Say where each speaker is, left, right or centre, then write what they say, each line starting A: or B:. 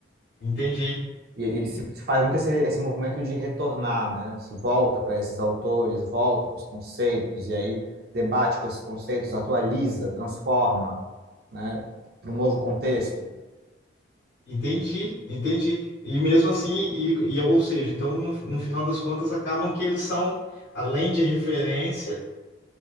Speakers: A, on the left; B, on the right.
A: Entendi.
B: e, e se faz muito esse, esse movimento de retornar, né? Se volta para esses autores, volta para os conceitos, e aí debate com esses conceitos, atualiza, transforma, né? Para um novo contexto.
A: Entendi, entendi. E mesmo assim, e, e- ou seja, então no, no final das contas acabam que eles são, além de referência,